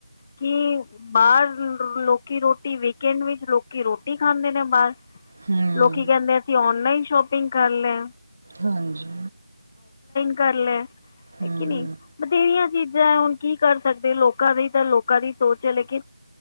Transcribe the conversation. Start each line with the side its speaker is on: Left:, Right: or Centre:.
Left: ਕਿ ਬਾਹਰ ਲੋਕੀ ਰੋਟੀ ਵੀਕਐਂਡ ਵਿੱਚ ਲੋਕੀ ਰੋਟੀ ਖਾਂਦੇ ਨੇ ਮੇ ਮਣ
Right: ਹੂੰ
Left: ਲੋਕੀ ਕਹਿੰਦੇ ਅਸੀਂ ਔਨਲਾਈਨ ਸ਼ੋਪਿੰਗ ਕਰ ਲਏ
Right: ਹਾਂਜੀ
Left: ਕਰ ਲੈ
Right: ਹੂੰ,
Left: ਹੈ ਕਿ ਨੀ ਬਥੇਰੀਆਂ ਚੀਜ਼ਾਂ ਹੁਣ ਕੀ ਕਰ ਸਕਦੇ ਲੋਕਾਂ ਦੀ ਤਾਂ ਲੋਕਾਂ ਦੀ ਸੋਚ ਹੈ ਲੇਕਿਨ